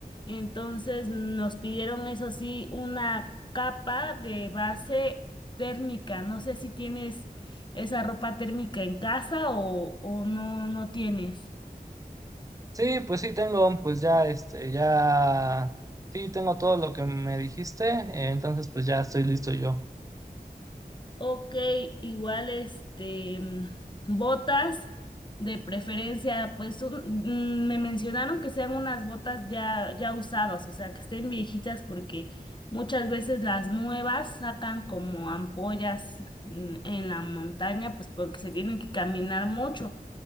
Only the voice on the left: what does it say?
Entonces nos pidieron, eso sí, una capa de base térmica. No sé si tienes esa ropa térmica en casa o, o no, no tienes.
Ok, igual este mm, botas de preferencia, pues un- mm, me mencionaron que sean unas botas ya ya usadas, o sea, que estén viejitas porque muchas veces las nuevas sacan como ampollas mm, en la montaña, pues porque se tienen que caminar mucho.